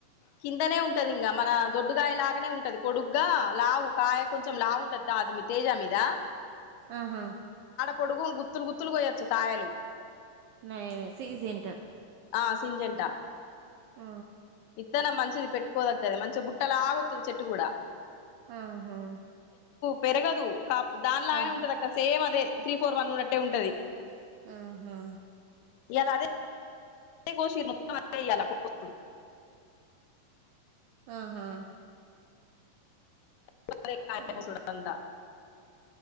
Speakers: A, on the left (about 80°); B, on the right (about 75°).
A: కిందనే ఉంటది ఇంగా మన దొడ్డుగాయ లాగనే ఉంటది పొడుగ్గా లావు కాయ కొంచం లావు ఉంటది మీ తేజామీదా
B: ఆహా
A: పొడుగు గుత్తులు గుత్తులు కోయొచ్చు కాయలు
B: నయమే సిజింటర్
A: ఆ సింజంటా
B: ఆ
A: ఇత్తనం మంచిది పెట్టుకోదగ్గది మంచిగా బుట్టలా వత్తది చెట్టు గూడా
B: ఆహా
A: పెరగదు కా దాని లాగానే
B: ఆహా
A: ఉంటది అక్క సేమ్ అదే
B: సేమ్
A: త్రీ ఫోర్
B: అదే
A: వన్ ఉన్నట్టే
B: త్రీ ఫోర్
A: ఉంటది
B: వన్ ఉన్నట్టే ఉంటది. ఆహా
A: ఇయ్యాల అదే అదే గోసిరు మొత్తం ఇయ్యాల పొద్దు
B: ఆహా
A: ఎారే కాయ
B: అదే
A: సుడందా <unintelligible>